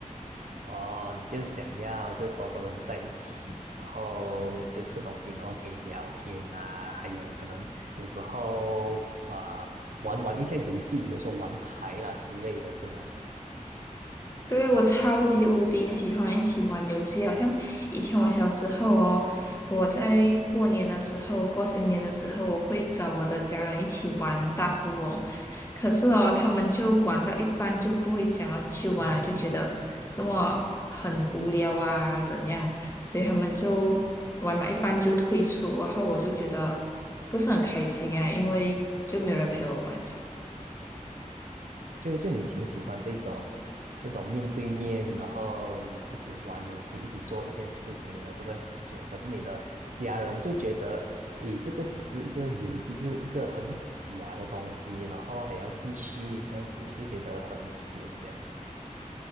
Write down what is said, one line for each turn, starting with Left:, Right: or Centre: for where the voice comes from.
Right: 哦，你就想要就多多人在一起，然后就吃东西，然后可以聊天啊，还有可能有时候啊玩玩一下游戏，比如说玩牌啦之类的是吗？
Left: 对，我超级无敌喜欢一起玩游戏，好像以前我小时候哦，我在过年的时候、过新年的时候，我会找我的家人一起玩大富翁，可是哦，他们就玩到一半就不会想要继续玩了，就觉得这么很无聊啊，怎样，所以他们就玩了一半就退出，然后我就觉得不是很开心啊，因为就没有人陪我玩。
Right: 就就你挺喜欢这种这种面对面，然后一起玩游戏，一起做一件事情的这个感觉。可是你的家人就觉得，诶，这个只是一个游戏，就是一个很假的东西，然后还要继续这样子，就觉得很闲这样。